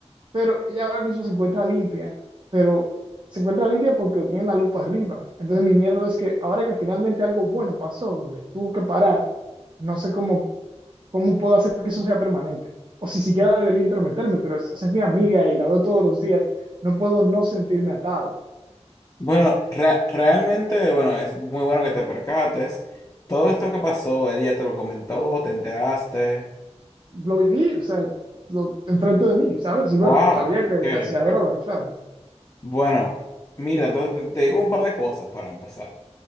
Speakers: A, on the right; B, on the left.
A: Pero ella ahora mismo se encuentra limpia, pero se encuentra limpia porque tiene la lupa arriba. Entonces mi miedo es que ahora que finalmente algo bueno pasó, donde tuvo que parar, no sé cómo ¿Cómo puedo hacer que eso sea permanente? O si siquiera debería intrometerme, pero es, o sea, es mi amiga y la veo todos los días, no puedo no sentirme atado.
B: Bueno, rea- realmente, bueno, es muy bueno que te percates. Todo esto que pasó, él ya te lo comentó, te enteraste.
A: Lo viví, o sea, lo, enfrente de mí, ¿sabes? Y bueno,
B: Wow.
A: sabía que,
B: ok,
A: que hacía
B: ok.
A: droga, claro.
B: Bueno, mira, entonces te, te digo un par de cosas para empezar.